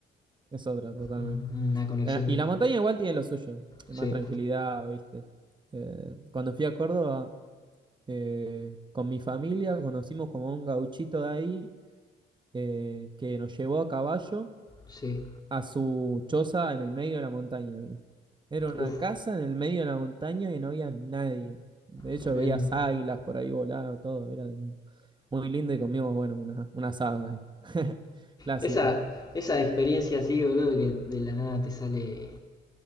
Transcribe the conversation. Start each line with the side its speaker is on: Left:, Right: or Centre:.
Right: es otra totalmente.
Left: Mm, Una conexión.
Right: Eh, y la montaña igual tiene lo suyo, eh,
Left: Sí,
Right: más tranquilidad, ¿viste? Eh, cuando fui a Córdoba, eh, con mi familia conocimos como un gauchito de ahí eh, que nos llevó a caballo
Left: sí.
Right: a su choza en el medio de la montaña. amigo. Era una
Left: Uf,
Right: casa en el medio de la montaña y no había nadie. De hecho,
Left: tremendo.
Right: veías águilas por ahí volar, todo. Era mu- muy lindo y comimos, bueno, una, un asado ahí. <laughs> Clásico.
Left: Esa, esa experiencia así, boludo, que de la nada te sale